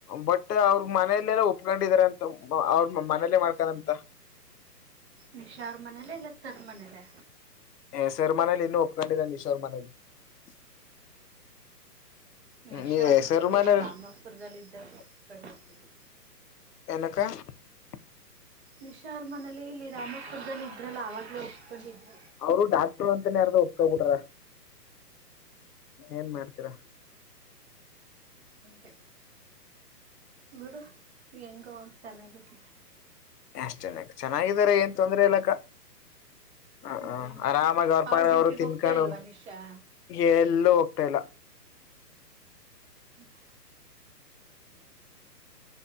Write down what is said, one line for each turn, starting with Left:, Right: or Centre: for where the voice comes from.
Left: ಬಟ್ ಅವ್ರ ಮನಲ್ಲೆಲ್ಲೋ ಒಪ್ಕೊಂಡಿದಿದ್ದಾರೆ ಅಂತ ಅವ ಮನಲ್ಲೇ ಮಾಡ್ತಾನಂತ.
Right: ನಿಷಾರ್ ಮನೇಲೆೇ ಇಲ್ಲ ಸರ್ ಮನೇಲೆ
Left: <unintelligible>
Right: ನಿಶಾ ಅವ್ರ ಮನೇಲಿ ಇಲ್ಲಿ ರಾಮಾಪುರದಲ್ಲಿ ಇದ್ದ ಕಣ್ಣ ಬಿಡು ನಿಶಾರ್ ಮನೇ ಇಲ್ಲೇ ರಾಮಪುರದಲ್ಲಿ ಇದ್ರಲ್ಲ ಅವಾಗಲೂ ಹಸ್ಕೊಂಡಿದ್ರೆ
Left: ಅವರು ಡಾಕ್ಟರು ಅಂತನೇ ಅರ್ದ ಒಪ್ಕಬಿಟ್ರ, ಏನ್ ಮಾಡ್ತೀರ.
Right: ಅದೇ ಬಿಡು ಹೆಂಗೋ ಚೆನ್ನಾಗಿರ್ಲಿ.
Left: ಎಷ್ಟನ ಚೆನ್ನಾಗಿದಾರೆ ಏನ್ ತೊಂದ್ರೆ ಇಲ್ಲಕ್ಕ ಹ
Right: ಹ್ಮ್
Left: ಆರಾಮಾಗಿ ಅವ್ರಪ
Right: ಅವ್ಳು ಡ್ಯೂಟಿಗೆ
Left: ಅವರು ತಿನ್ಕೊಂಡು
Right: ಹೋಗ್ತಾ ಇಲ್ವಾ ನಿಶಾ.
Left: ಎಲ್ಲೂ ಹೋಗ್ತಾ ಇಲ್ಲ.
Right: <inaudible>